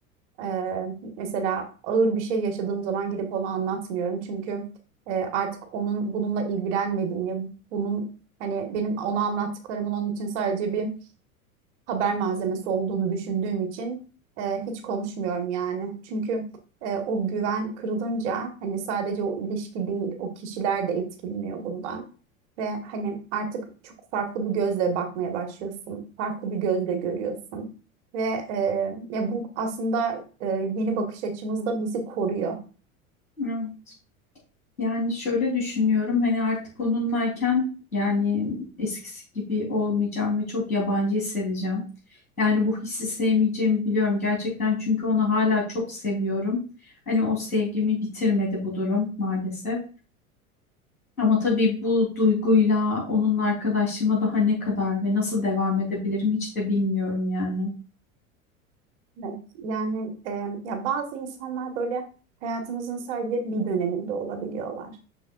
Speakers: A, on the right; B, on the left.
A: Eee, mesela ağır bir şey yaşadığım zaman gidip onu anlatmıyorum. Çünkü eee, artık onun bununla ilgilenmediğini, bunun hani benim ona anlattıklarımın onun için sadece bir haber malzemesi olduğunu düşündüğüm için eee, hiç konuşmuyorum yani. Çünkü eee, o güven kırılınca hani sadece o ilişki değil, o kişiler de etkileniyor bundan. Ve hani artık çok farklı bir gözle bakmaya başlıyorsun. Farklı bir gözle görüyorsun. Ve e, ya bu aslında e, yeni bakış açımızda bizi koruyor.
B: Evet. Yani şöyle düşünüyorum hani artık onunlayken yani eskisi gibi olmayacağım ve çok yabancı hissedeceğim. Yani bu hissi sevmeyeceğimi biliyorum gerçekten çünkü onu hala çok seviyorum. Hani o sevgimi bitirmedi bu durum maalesef. Ama tabii bu duyguyla onunla arkadaşlığıma daha ne kadar ve nasıl devam edebilirim hiç de bilmiyorum yani.
A: Evet, yani e, ya bazı insanlar böyle hayatımızın sadece bir döneminde olabiliyorlar.